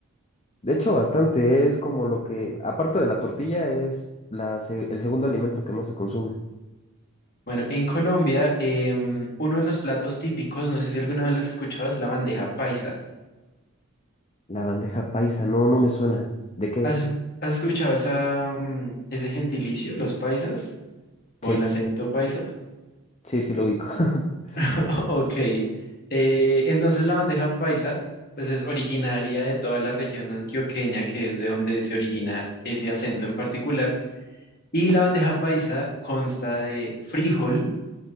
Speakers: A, on the left (about 30°); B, on the left (about 45°).
A: De hecho, bastante es como lo que, aparte de la tortilla, es la, se- el segundo alimento que más se consume.
B: Bueno, en Colombia, em, uno de los platos típicos, no sé si alguna vez lo has escuchado, es la bandeja paisa.
A: La bandeja paisa, no, no me suena. ¿De qué
B: ¿Has,
A: es?
B: es- has escuchado esa, mm, ese gentilicio, los paisas o
A: Sí,
B: el acento paisa?
A: sí, sí lo ubico. <laughs>
B: <laughs> Ok, eh, entonces la bandeja paisa pues es originaria de toda la región antioqueña, que es de donde se origina ese acento en particular. Y la bandeja paisa consta de frijol,